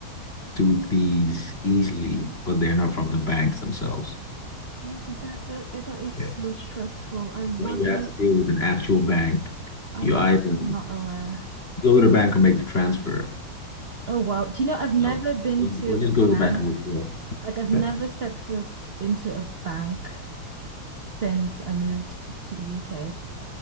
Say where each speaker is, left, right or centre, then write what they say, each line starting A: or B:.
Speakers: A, on the left (about 30°); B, on the right (about 35°).
A: do these easily, but they're not from the banks themselves.
B: But that that eh, that is so
A: Yeah.
B: stressful. I wasn't
A: When you have to deal with an actual bank,
B: I'm
A: you either
B: not aware.
A: go to the bank and make the transfer.
B: Oh wow. Do you know I've never
A: No,
B: been
A: we-
B: to
A: we'll just
B: a bank.
A: go to the bank and withdraw.
B: Like I've
A: <laughs>
B: never stepped foot into a bank since I moved to the UK.